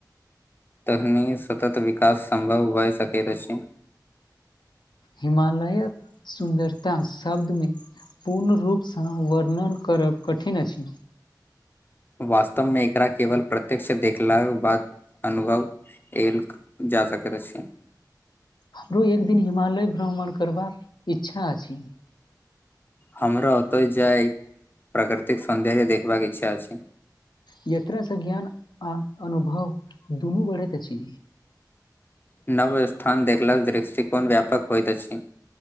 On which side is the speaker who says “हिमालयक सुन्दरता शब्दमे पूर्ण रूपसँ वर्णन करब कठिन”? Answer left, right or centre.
Left